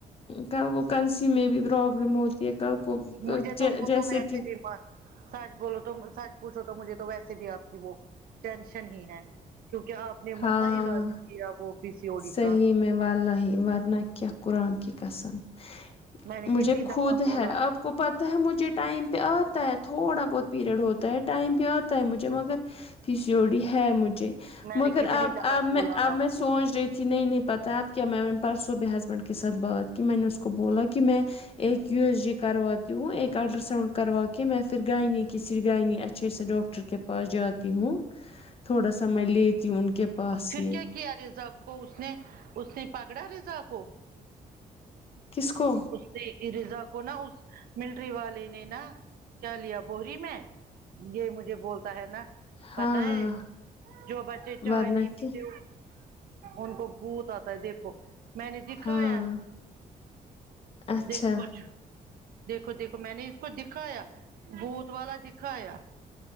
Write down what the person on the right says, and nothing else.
مجھے تو وہ
تو ویسے
بھی م سچ بولو تو سچ پوچھو تو مجھے تو ویسے بھی آپ کی وہ ٹینشن ہی ہے کیونکہ آپ نے
متا علاج کیا وہ پی سی او ڈی
کا
میں نے
کتنی دفعہ
بولا
میں
نے کتنی
دفعہ
بولا
آپ
کو
پھر
کیا کیا ریزا کو اس نے اس نے پکڑا ریزا کو
اس نے ریزا کو نا اس ملٹری والے نے نا کیا لیا بوری میں یہ مجھے بولتا ہے نا پتا
ہے جو بچے چائے
نہیں پیتے
ان کو بھوت آتا ہے دیکھو میں نے دکھا
یا
دیکھ کرچ <unintelligible> دیکھو دیکھو میں نے اس کو دکھایا بھوت والا دکھایا